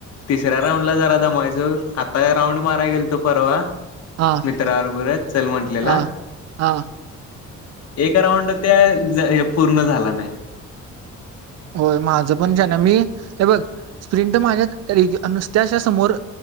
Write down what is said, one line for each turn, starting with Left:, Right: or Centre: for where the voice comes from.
Left: तिसऱ्या राऊंडला जरा दमायचो. आता राऊंड माराय गेलतो परवा
Right: हा
Left: मित्राव चल म्हंटलेला
Right: हा हा
Left: एक राऊंड त्या ज पूर्ण झाला नाही
Right: होय माझं पण शान्या. मी हे बघ स्प्रिंट माझ्या रेगू नुसत्या अश्या समोर